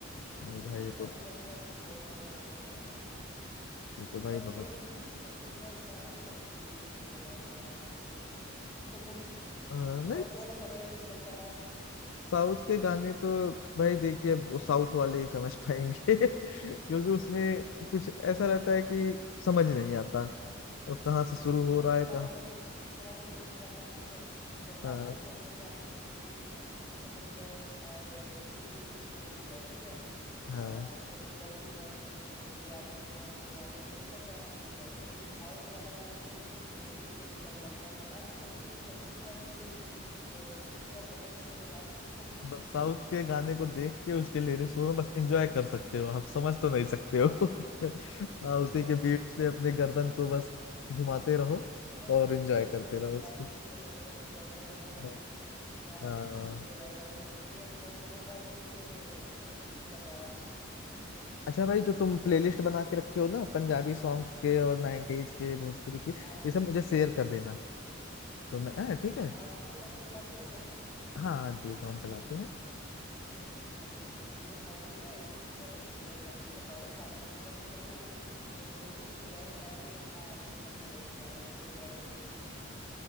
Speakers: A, on the left (about 70°); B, on the left (about 20°).
A: नहीं
B: और
A: भाई
B: पंजाबी
A: ये तो
B: वाला भी तो बहुत सारा बना के रखा हूँ मैं
A: ये तो भाई
B: बस एक
A: बहुत
B: ही चीज है कि मैं साउथ का कोई प्लेलिस्ट नहीं बता बनाया हूँ अभी तक <laughs>
A: अ, नहीं
B: साउथ वाला पता ही नहीं चलता है
A: साउथ के गाने तो भाई देखिए वो साउथ वाले ही समझ पाएंगे <laughs> क्योंकि उसमें
B: तो
A: कुछ ऐसा रहता है कि समझ नहीं आता और कहाँ से शुरू
B: देखिए
A: हो
B: अभी
A: रहा है
B: क्या
A: कहाँ
B: है
A: से
B: मैं इंग्लिश भी थोड़ा बहुत समझ जाता हूँ ठीक है पंजाबी
A: हाँ
B: भी समझ ही जाते हैं भोजपुरी समझ गए और हिंदी समझ ही गए ठीक है
A: हाँ
B: अ, छत्तीसगढ़ी है गुजराती है हरियाणवी है सब गाना समझ जाते हैं लेकिन साउथ वाला मेरे को इंग्लिश से भी टफ लगता है पता नहीं मैं उसको समझूंगा कि अ, सुनूंगा पता नहीं चलेगा <laughs>
A: बस साउथ के गाने को देख के उसके लिरिक्स को ना बस एंजॉय कर सकते हो आप समझ तो नहीं सकते
B: हाँ
A: हो <laughs> हाँ
B: सही
A: उसी
B: बात
A: के बीट्स
B: है
A: पे अपने
B: <laughs>
A: गर्दन को बस घुमाते रहो
B: बस
A: और एंजॉय
B: पीठ पे
A: करते
B: बस
A: रहो
B: हिलाते
A: उसको
B: रहिए हो गया गर्दन वगैरह
A: हाँ
B: काम
A: हाँ।
B: होते रहेगा उन लोग को लगेगा कि भाई समझ रहा है तभी तो एक्शन कर रहा है
A: अच्छा भाई जो तुम प्लेलिस्ट बना
B: अब
A: के रखे हो ना पंजाबी सॉन्ग्स के और नाइनटीज के भोजपुरी के ये
B: हाँ
A: सब मुझे शेयर कर देना तो मैं हाँ, ठीक है
B: हाँ आप जियो साउंड चलाते हो
A: हाँ हाँ जियो साउंड चलाते हैं
B: हाँ तो जियो सावन में ना एक फीचर है शेयर करने का डायरेक्ट आपके नंबर पे करूंगा ना तो प्लेलिस्ट डायरेक्ट आपके वहाँ शो करने लगेगा एल्बम वाले प्लेलिस्ट में